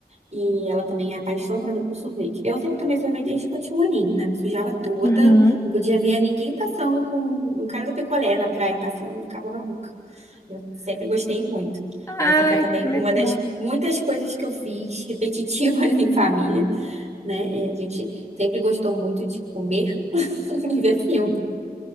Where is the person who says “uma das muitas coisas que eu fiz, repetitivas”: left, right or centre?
Right